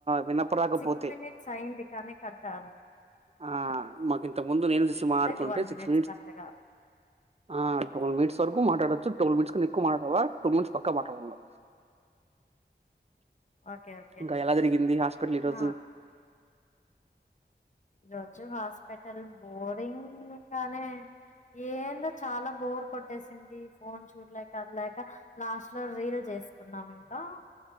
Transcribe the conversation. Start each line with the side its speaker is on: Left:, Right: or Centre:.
Right: వినపరాకపోతే
Left: సిక్స్ మినిట్స్ అయింది కానీ కట్టాల
Right: ఆ మాకు ఇంత ముందు నేను చూసి మారుతుంటే
Left: ట్వెల్వ్
Right: సిక్స్ మినిట్స్
Left: కట్టగా
Right: ఆ టువాల్ మినిట్స్ వరకు మాట్లాడచ్చు టువాల్ మినిట్స్ కన్నా ఎక్కువ మా టూ మినిట్స్ పక్కా మాట్లాడల్లా
Left: ఓకే ఓకే
Right: ఇంకా ఎలా జరిగింది హాస్పిటల్ ఈరోజు
Left: ఆ ఈ రోజు హాస్పిటల్ బోరింగ్ గానే ఏందో చాలా బోర్ కొట్టేసింది ఫోన్ చూడలేక లేక లాస్ట్ లో రీల్ చేసుకున్నాం ఇంకా